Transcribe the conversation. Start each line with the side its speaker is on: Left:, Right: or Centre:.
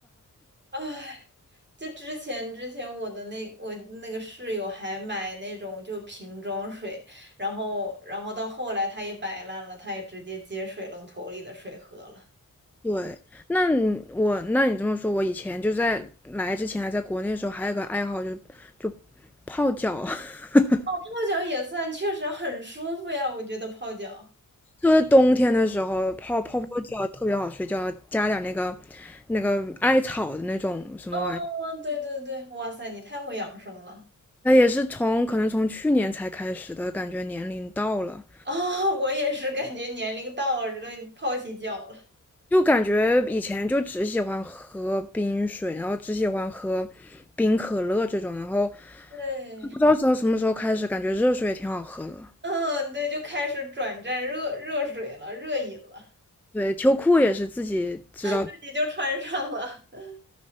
Right: 唉，就之前之前我的那我那个室友还买那种就瓶装水，然后然后到后来他也摆烂了，他也直接接水龙头里的水喝了。
Centre: 对，那你我那你这么说，我以前就在来之前还在国内的时候，还有个爱好就就泡脚，<laughs>
Right: 哦，泡脚也算，确实很舒服呀，我觉得泡脚。
Centre: 特别冬天的时候泡泡泡脚特别好睡觉，加点那个那个艾草的那种什么玩意儿，
Right: 哦，对对对，哇塞，你太会养生了
Centre: 那也是从可能从去年才开始的，感觉年龄到了，
Right: 啊！我也是感觉年龄到了，这个泡起脚了。
Centre: 就感觉以前就只喜欢喝冰水，然后只喜欢喝冰可乐这种，然后
Right: 对。
Centre: 不知道从什么时候开始，感觉热水也挺好喝的。
Right: <laughs> 嗯，对，就开始转战热热水了，热饮了，
Centre: 对，秋裤也是自己知道
Right: 自己就穿上了，<laughs> 没